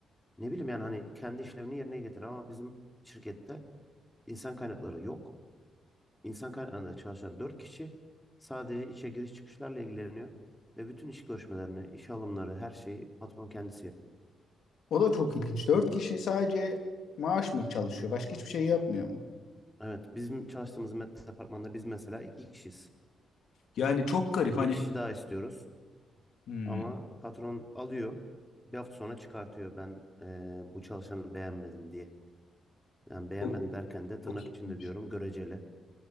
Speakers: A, in the centre; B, on the left (about 75°).
A: Ne bileyim yani hani kendi işlevini yerine getirir ama bizim şirkette İnsan kaynakları yok. İnsan kaynaklarında çalışan 4 kişi sadece işe giriş çıkışlarla ilgileniyor. Ve bütün iş görüşmelerini, iş alımları, her şeyi patron kendisi yapıyor.
B: O da çok ilginç. Dört kişi sadece maaş mı çalışıyor? Başka hiçbir şey yapmıyor mu?
A: Evet, bizim çalıştığımız met- departmanda biz mesela iki kişiyiz.
B: Yani çok garip hani.
A: Bir kişi daha istiyoruz
B: Hmm.
A: ama patron alıyor. Bir hafta sonra çıkartıyor ben eee, bu çalışanı beğenmedim diye. Yani beğenmedim
B: Çok,
A: derken de tırnak
B: çok iyiymiş.
A: içinde diyorum göreceli.